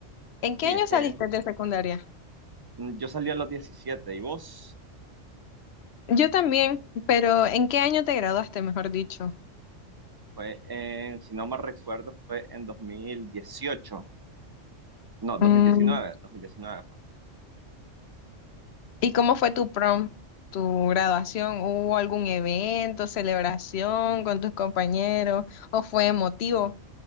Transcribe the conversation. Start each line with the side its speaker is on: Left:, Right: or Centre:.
Left: ¿En qué
Right: Sí,
Left: año
Right: es
Left: saliste
Right: que
Left: de secundaria?
Right: mm, yo salí a los diecisiete y vos
Left: Yo también, pero ¿en qué año te graduaste, mejor dicho?
Right: fue en, si no mal recuerdo, fue en dos mil dieciocho, No, 2019,
Left: Mm,
Right: 2019 fue.
Left: ¿Y cómo fue tu prom, tu graduación? ¿Hubo algún evento, celebración con tus compañeros o fue emotivo?